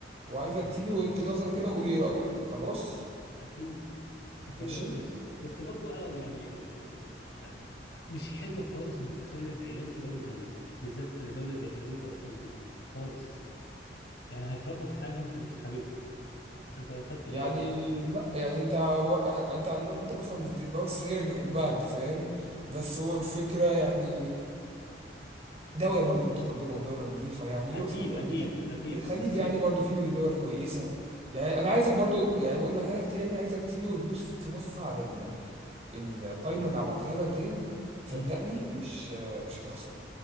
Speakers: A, on the right; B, on the left.
A: وعايزك
B: تمام
A: تيجي ولك نظرة كده وقول لي إيه رأيك خلاص
B: اكيد اكيد
A: ماشي
B: بس بس برضو عرا- يعني أب- مش حلوه خالص انك تخلف عيال في دوله غريبه بالذات دوله زي امريكا والحتت دي خالص يعني هيتربوا في حاجه انت مش حاببها انت لو خدت
A: يعني
B: بالك يعني
A: لا يعني أنت و- أنت عن- أنت مثلا مش بتحبها بس غيرك بيحبها أنت فاهم بس هو
B: مش
A: الفكرة
B: عارف
A: يعني دولة برضو متقدمة ودولة نظيفة يعني
B: اكيد
A: وسيبك من
B: اكيد
A: أمريكا
B: اكيد
A: الخليج
B: بس
A: يعني برضو فيه دول كويسة يعني أنا عايزك برضو يعني بقول لك لك تاني عايزك تيجي وتبص تبص على ال- القايمة اللي هبعتها لك ديت صدقني
B: امم
A: مش مش هتخسر